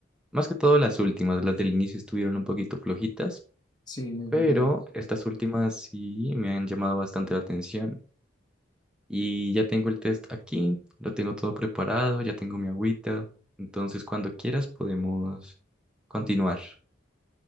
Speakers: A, in the centre; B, on the left (about 20°).
A: Más que todo las últimas, las del inicio estuvieron un poquito flojitas,
B: Sí, es
A: pero
B: verdad.
A: estas últimas sí me han llamado bastante la atención. Y ya tengo el test aquí, lo tengo todo preparado, ya tengo mi agüita. Entonces, cuando quieras podemos continuar.